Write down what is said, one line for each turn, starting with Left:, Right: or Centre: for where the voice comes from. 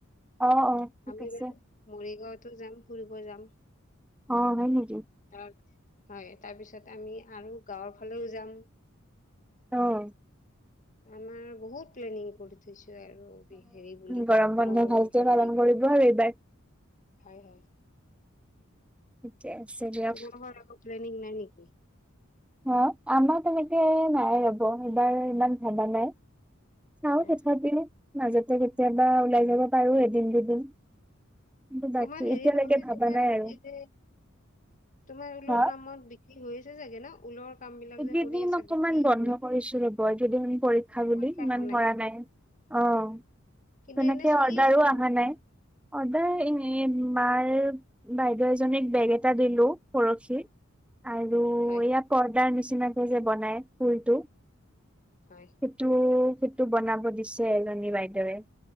Centre: অ অ ঠিক
Left: আমি
Centre: আছে
Left: বাৰু মৰিগাঁওতো যাম ফুৰিব। যাম-
Centre: অ' ভ নিকি?
Left: তাৰ হয় তাৰপিছত আমি আৰু গাঁৱৰ ফালেও যাম।
Centre: অ'
Left: আমাৰ বহুত প্লেনিিং কৰি থৈছো। আৰু হেৰি বুলি
Centre: গৰম
Left: ঘৰমৰ
Centre: ভালকে
Left: বন্ধ
Centre: পালন
Left: বুলি।
Centre: কৰিব আৰু এইবাৰ
Left: হয়' হয়
Centre: ঠিকে আছে দিয়ক
Left: তম ঘ একো প্্ৰনিিং নাই নেকি?
Centre: অ' আমাৰ তেনেকে নাই ৰ'ব এইবাৰ ইমান ধেডা নাই। চাও
Left: এ
Centre: তথাপিও মাজতে কেতিয়াবা ওলাই যাব পাৰো। এদিন দুদিন কিন্তু বাকী
Left: তোমাৰ হেৰি
Centre: এতিয়ালৈকে
Left: নহয়
Centre: ভাবা
Left: তোমাৰ
Centre: নাই আৰু
Left: এই যে তোমাৰ ঊলৰ
Centre: হা
Left: কামত বিক্ৰী হৈ আছে। ছাগে ন ঊলৰ কাম বিলাক
Centre: এইকেইদিন
Left: যে কৰি আছা
Centre: অকমান
Left: বিক্ৰী
Centre: বন্ধ
Left: হৈ
Centre: কৰিছিলো। ৰ'ব কেইদিন পৰীক্ষা বুলি
Left: পৰীক্ষাৰ
Centre: ইমান
Left: কাৰণে
Centre: কৰা নাই। অ'
Left: কিন্তু
Centre: তেনেকে
Left: এনে চলি
Centre: অৰ্ডাৰো
Left: আছে ন
Centre: অহা নাই। অৰ্ডাৰ এ' মাৰ বাইদেউ এজনীক বেগ এটা দিলো। পৰশি আৰু
Left: হয়
Centre: এয়া পৰ্দাৰ নিচিনাকে যে বনাই ফুলটো
Left: হয়
Centre: সেইটো -সেইটো বনাব দিছে ৰণী বাইদেৱে